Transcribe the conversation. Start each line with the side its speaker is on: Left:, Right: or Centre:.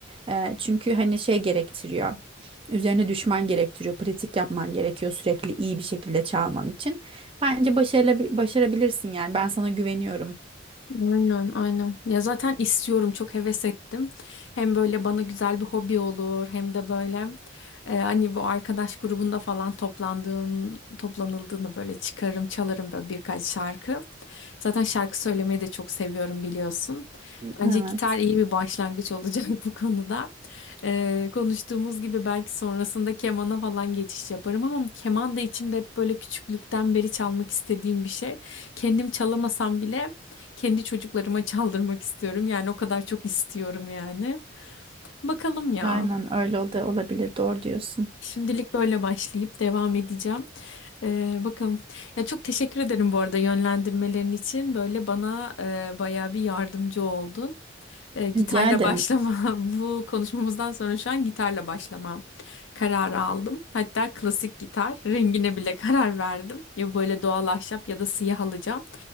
Right: Eee, çünkü hani şey gerektiriyor üzerine düşman gerektiriyor pratik yapman gerekiyor sürekli iyi bir şekilde çalman için. Bence başarılı, başarabilirsin yani. Ben sana güveniyorum.
Left: Aynen, aynen. Ya zaten istiyorum, çok heves ettim. Hem böyle bana güzel bir hobi olur, hem de böyle e, hani bu arkadaş grubunda falan toplandığım, toplanıldığını böyle çıkarım, çalarım böyle birkaç şarkı. Zaten şarkı söylemeyi de çok seviyorum biliyorsun. Bence
Right: Evet.
Left: gitar iyi bir başlangıç olacak <laughs> bu konuda. Ee, konuştuğumuz gibi belki sonrasında kemana falan geçiş yaparım ama keman da içimde hep böyle küçüklükten beri çalmak istediğim bir şey. Kendim çalamasam bile kendi çocuklarıma <laughs> çaldırmak istiyorum. Yani o kadar çok istiyorum yani. Bakalım ya.
Right: Aynen öyle o olabilir. Doğru diyorsun.
Left: Şimdilik böyle başlayıp devam edeceğim. Ee, bakalım. Ya çok teşekkür ederim bu arada yönlendirmelerin için. Böyle bana e, bayağı bir yardımcı oldun. E, gitarla
Right: Rica ederim.
Left: başlama. <laughs> Bu konuşmamızdan sonra şu an gitarla başlama kararı aldım. Hatta klasik gitar rengine bile <laughs> karar verdim. Ya böyle doğal ahşap ya da siyah alacağım.